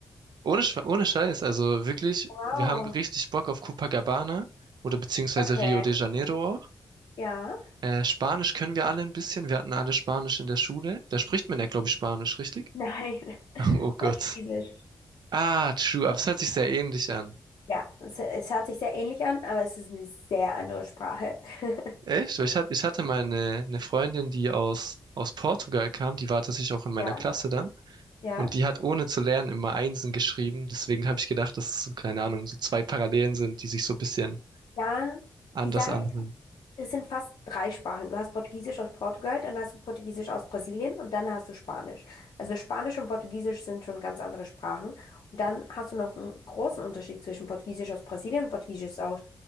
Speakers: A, on the right; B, on the left.
A: ohne, Schwe- ohne Scheiß, also wirklich,
B: Wow.
A: wir haben richtig Bock auf Copacabana oder beziehungsweise
B: Okay.
A: Rio de Janeiro auch.
B: Ja.
A: Äh, Spanisch können wir alle ein bisschen. Wir hatten alle Spanisch in der Schule. Da spricht man ja, glaube ich, Spanisch, richtig?
B: Nein. <laughs>
A: <laughs> Oh
B: Portugiesisch.
A: Gott. Ah, true, aber es hört sich sehr ähnlich an.
B: Ja, es, es hört sich sehr ähnlich an, aber es ist eine sehr andere Sprache. <laughs>
A: Echt? Weil Ich hatte, ich hatte mal eine, eine Freundin, die aus, aus Portugal kam, die war tatsächlich auch in meiner
B: Ja,
A: Klasse dann.
B: ja.
A: Und die hat ohne zu lernen immer Einsen geschrieben. Deswegen habe ich gedacht, dass es so, keine Ahnung, so zwei Parallelen sind, die sich so ein bisschen
B: Ja,
A: anders
B: die Sache,
A: anhören. <laughs>
B: es sind fast drei Sprachen. Du hast Portugiesisch aus Portugal, dann hast du Portugiesisch aus Brasilien und dann hast du Spanisch. Also Spanisch und Portugiesisch sind schon ganz andere Sprachen. Und dann hast du noch einen großen Unterschied zwischen Portugiesisch aus Brasilien und Portugiesisch aus